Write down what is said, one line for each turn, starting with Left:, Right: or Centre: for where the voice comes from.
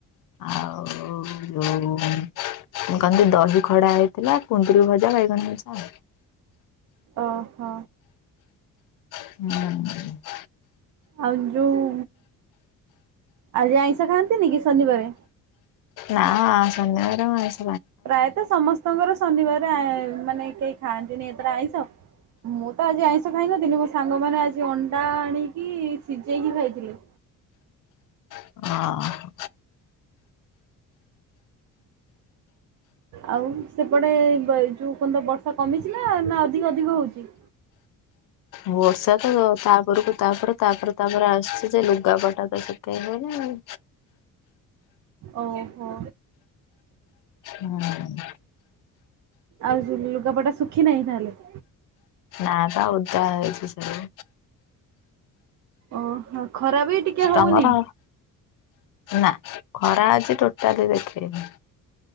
Left: ଆଉ ଯୋଉ ମୁଁ କହିଲି ଦହି ଖଡା ହେଇଥିଲା କୁନ୍ଦୁରି ଭଜା ବାଇଗଣ ଭଜା
Right: ଅହ।
Left: ହୁଁ।
Right: ଆଉ ଯୋଉ ଆଜି ଆଇଁଷ ଖାଆନ୍ତିନି କି ଶନିବାରେ?
Left: ନାଁ ଶନିବାରେ ମୁଁ ଆଇଁଷ ଖା
Right: ପ୍ରାୟତଃ ସମସ୍ତଙ୍କର ଶନିବାର ମାନେ କେହି ଖାଆନ୍ତିନି ଏଥର ଆଇଁଷ ମୁଁ ତ ଆଜି ଆଇଁଷ ଖାଇନଥିଲି ମୋ ସାଙ୍ଗମାନେ ଆଜି ଅଣ୍ଡା ଆଣିକି ସିଝେଇକି ଖାଇଥିଲେ।
Left: ହଁ।
Right: ଆଉ ସେପଟେ ଯୋଉ କନ୍ତ ବର୍ଷା କମିଥିଲା ନା ଅଧିକ ଅଧିକ ହଉଛି।
Left: ବର୍ଷା ତ ତାପରକୁ ତାପର ତାପର ତାପର ଆସୁଛି ଯେ ଲୁଗାପଟା ତ ସବୁ <inaudible> ଆଉ
Right: ଅହୁ ହ।
Left: ହୁଁ ହୁଁ।
Right: ଆଉ ଲୁଗାପଟା ଶୁଖି ନାହିଁ ତାହେଲେ?
Left: ନାପା ଓଦା ଅଛି ସବୁ
Right: ଓହୋ ଖରା ବି ଟିକେ ହଉନି?
Left: ତମର ନା ଖରା ଆଜି ଟୋଟାଲି ଦେଖେଇନି